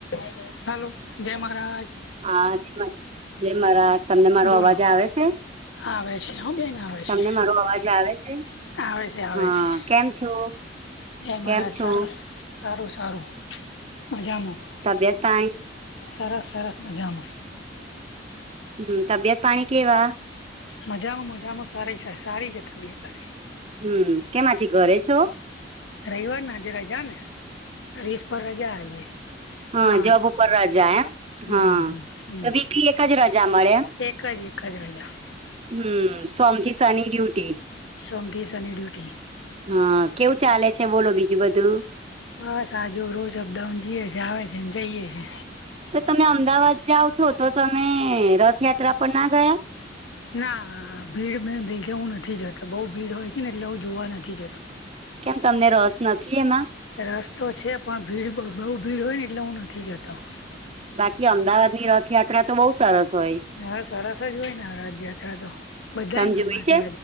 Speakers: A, on the left; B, on the right.
A: Hello હાલો જય મહારાજ.
B: આજ મદ જેય મહરાજ તમને મારો
A: બોલો
B: અવાજ આવે સે.
A: આવે છે હ બેન આવે
B: તમને
A: છે
B: મારો અવાજ આવે છે
A: આવે છે આવે
B: હ-હ-હ
A: છે
B: કેમ છો?
A: જય મહરાજ
B: કેમ છો
A: સારાસ સારું સારું મજામાં.
B: તબિયત પાણી
A: સરસ-સરસ મજામ.
B: હમ્મ તબિયત પાણી કેવા?
A: મજામાં મજામાં સારી સે સારી જે તબિયત પાણી.
B: હમ્મ કેમ આજે ઘરે છો?
A: રઈવારને આજે રજા ને સર્વિસ પર રજા આજે.
B: હ
A: હા
B: જોબ ઉપર રજા એમ
A: હમ
B: હ
A: હમ
B: તો વીકલી એક જ રજા મળે એમ.
A: એક જ એખ જ રજા
B: હમ્મ સોમ થી શની ડ્યુટી
A: સોમ થી શની ડ્યુટી
B: હા, કેવું ચાલે છે બોલો બીજું બધું?
A: બસ આજુ રોજ અપડાઉન જીએ છે આવે છે ને જઈએ છે.
B: તો તમે અમદાવાદ જાઓ છો તો તમે રથયાત્રા પર ના ગયા?
A: ના, ભીળ મેં ભીજવું નથી જતો, બોવ ભીડ હોય છે ને એટલે હુ જોવા નથી જતો
B: કેમ તમને રસ નથી ઇ એમાં?
A: રરસ તો છે, પણ ભીળ બો બોવ ભીળ હોય ને એટલે હું નથી જતો.
B: બાકી અમદાવાદની રથયાત્રા તો બોવ સરસ હોય
A: હા, સરસ જ ઓયને આ રજયાત્રા તો બધાયન
B: તમે
A: ગમા
B: જોઈ
A: છે,